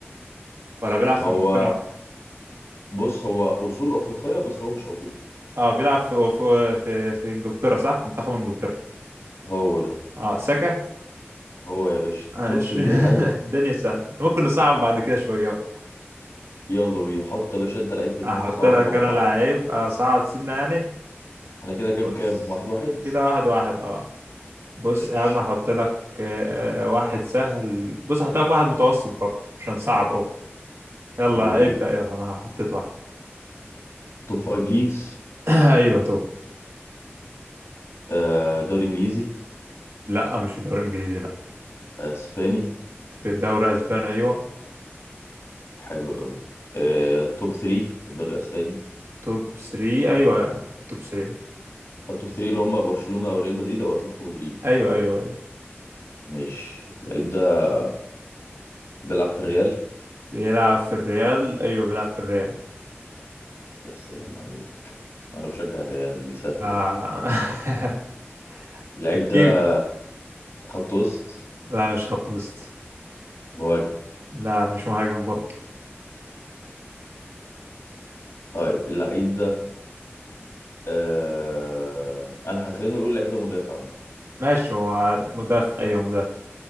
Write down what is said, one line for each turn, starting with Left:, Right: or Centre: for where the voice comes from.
Right: ولا بيلعب في
Left: هو
Right: إنجلترا
Left: بص هو اصول افريقيه بس هو مش افريقي
Right: آه بيلعب في في في, في إنجلترا صح منتخب إنجلترا
Left: هو ده
Right: آه ساكا
Left: هو يا باشا
Right: ماشي
Left: شفت الدنيا حلوه
Right: <laughs> الدنيا سهلة ممكن نصعب بعد كده شوية بقى
Left: يلا بينا حط يا باشا انت لعيب في دماغك
Right: أحط
Left: صعب
Right: لك
Left: وانا
Right: أنا
Left: معاك
Right: لعيب أصعب سنة يعني
Left: احنا كده كام
Right: بص
Left: كام واحد واحد
Right: كده واحد واحد آه بص
Left: ماشي
Right: يا عم هحط لك آه، واحد سهل بص هحط لك واحد متوسط برضه عشان صعب قوي يلا
Left: يلا بينا
Right: ابدأ يلا انا حطيت واحد
Left: توب فايف ليجز
Right: <coughs> <clears throat> ايوه توب
Left: آه، دوري انجليزي
Right: لا مش في الدوري الانجليزي لا
Left: اسباني
Right: في الدوري الاسباني ايوه
Left: حلو قوي آه، توب 3 في الدوري الاسباني
Right: توب 3 ايوه توب 3
Left: التوب 3 اللي هم برشلونه او ريال مدريد او اتلتيكو مدريد
Right: ايوه ايوه ايوه
Left: ماشي اللعيب ده بيلعب في الريال
Right: بيلعب في الريال ايوه بيلعب في الريال
Left: يا سلام عليك انا بشجع الريال دي سهله
Right: آه.
Left: دي
Right: <laughs>
Left: اللعيب
Right: هتجيب
Left: ده خط وسط
Right: لا مش خط وسط
Left: مهاجم
Right: لا مش مهاجم برضه
Left: طيب اللعيب ده آه... انا خلينا نقول اللعيب ده مدافع مثلا
Right: ماشي هو مدافع ايوه مدافع